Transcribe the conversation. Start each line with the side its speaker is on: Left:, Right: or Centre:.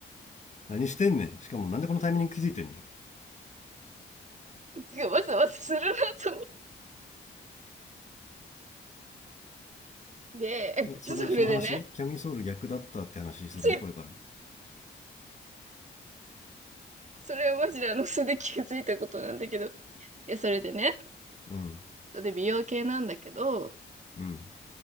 Left: 何してんねん。しかもなんでこのタイミング気づいてんね
Right: がわざわざするなと思って、
Left: ん。
Right: でそれでね、
Left: え、その、その話キャミソール逆だったって話するのこれから。
Right: ついそれはマジであの素で気づいたことなんだけど、いや、それでね、
Left: うん。
Right: それで美容系なんだけど、
Left: うん。